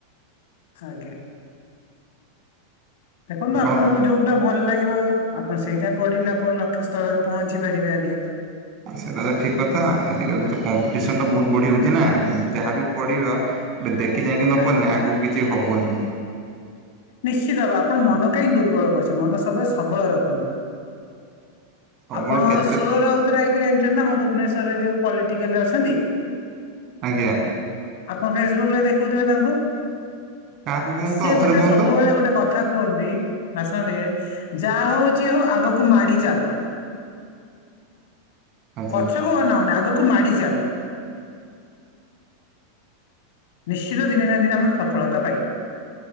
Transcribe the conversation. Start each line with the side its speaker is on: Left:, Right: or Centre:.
Left: ଆଜ୍ଞା। ଦେଖନ୍ତୁ
Right: ଆପଣଙ୍କ
Left: ଆପଣଙ୍କୁ ଯୋଉଟା ଭଲ ଲାଗିବ ଆପଣ ସେଇଠା ପଢିଲେ ଆପଣ ଲକ୍ଷ୍ୟ ସ୍ଥଳରେ ପହଞ୍ଚି ପାରିବେ ଆଜ୍ଞା।
Right: ସେଟା ତ ଠିକ କଥା ଆଜିିକାଲି ତ କପ ସନ ବୋହୁତ ବଢି ହୋଉଚିନା ପଢିବା ଏବେ ଦେ କି କାହିଁକି ନ
Left: ଆଜ୍ଞା
Right: ପଢ଼ିନେ ଆଗକୁ କିଛି ହବନି।
Left: ନିଶ୍ଚିତ ଭାବେ ଆପଣ ମନ କାହିଁ ଦୁର୍ବଳ କରୁଛନ୍ତି ମନ ସବୁବେଳେ ସବଳ ରଖନ୍ତୁ।
Right: ସବୁବେଳେ
Left: ଆପଣ
Right: କେତେ
Left: ସୁର ରାଉତରାୟକୁ ଜାଣିଚନ୍ତି ନା ଆମ ଭୁବନେଶ୍ୱରରେ ଯେଉ ପଲିଟିକାଲରେ ଅଛନ୍ତି?
Right: ଆଜ୍ଞା।
Left: ଆପଣ ଫେସବୁକ ରେ ଦେଖଉଥିବେ ତାଙ୍କୁ?
Right: କାହାକୁ କୁହନ୍ତୁ
Left: ସିଏ
Right: ତ ଆଉଥରେ
Left: ଗୋଟେ
Right: କୁହନ୍ତୁ
Left: ସବୁବେଳେ ଗୋଟେ କଥା କୁହନ୍ତି ଭାଷଣ ଟିକେ ଯାହା ହଉଛି ହଉ ଆଗକୁ ମାଡି ଚାଲ।
Right: ଆଚ୍ଛା।
Left: ପଛକୁ ଅନାଅନି ଆଗକୁ ମାଡି ଚାଲ। ନିଶ୍ଚିତ ଦିନେ ନା ଦିନେ ଆମେ ସଫଳତା ପାଇବା।